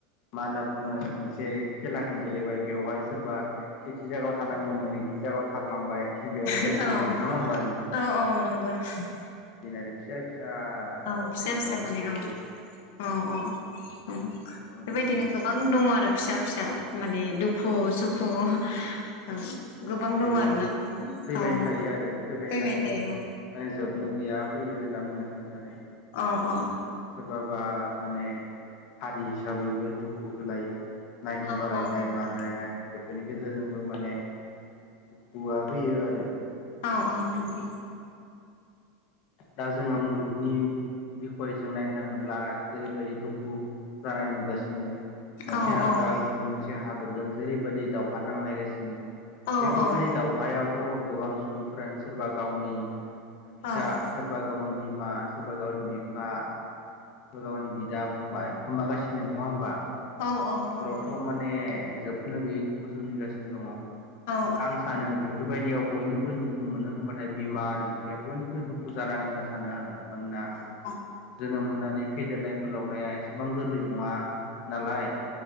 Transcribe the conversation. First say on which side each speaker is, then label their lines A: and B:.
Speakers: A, on the left; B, on the left.
A: मा होनना बुङो मोनसे खेलाखौ गेलेबाय बेवहाय सोरबा सेथि जायागायाव थानांगौमोन नैथि जायगायाव थाफ्लांबाय
B: औ
A: बेयावबो दुखु जायो
B: औ
A: नङा होमबा
B: औ नंगौ नंगौ!
A: दिन आरो फिसा फिसा
B: औ
A: जाथायफोरावबो
B: फिसा फिसा माने
A: दुखु
B: औ
A: जायो
B: औ औ औ
A: गोबां नुनो
B: बेबायदिनो
A: मोनो
B: गोबां दङ आरो फिसा-फिसा माने दुखु-सुखु औ गोबां
A: जिउआव
B: दङ आरो
A: माने
B: ना औ
A: फैबायनो थायो आरो फैबायनो
B: फैबायानो
A: थाङै
B: थायो औ।
A: माने जोबनो गैया फैयो होनना बुंनांसिगोन आरो।
B: अ अ
A: सोरबाबा माने हारि हिसाबैबो दुखु होलायो। नायनो
B: औ
A: बालायनाय
B: औ नंगौ
A: मानाय बेफोर बेनि गेजेरजोंबो माने दुखुआ फैयो आरो।
B: औ औ नंगौ
A: दा जोंहा मुलुगनि बिखयजों नायनो थाङोब्ला जेरैबायदि दुखु जानाय नुगासिनो मोनसे
B: औ
A: हादरा
B: औ
A: गुबुन मोनसे हादरजों जेरैबायदि दावहा नांलायगासिनो
B: औ
A: बेफोरबायदि
B: औ नंगौ
A: दावहायावथ' गोबां सुबुंफोरानो सोरबा गावनि फिसा
B: औ
A: सोरबा गावनि बिमा सोरबा गावनि बिफा गावनि बिदा फंबाय गोमागासिनो नङा होनोमबा
B: औ औ नंगौ
A: बेफोरावथ'
B: नंगौ
A: माने जोबनो गैयै दुखु सोमजिगासिनो दङ।
B: औ
A: आं सानो बेफोरबायदियाव बयनिख्रुइ मोनो होनबाथाय बिमा आरो बिफाया बयनिख्रुइ दुखु जानाङो होनना सानो आरो। मानोना
B: औ
A: जोनोम होनानै फेदेरनाय फोलावनाया एसेबां गोरलै नङा नालाय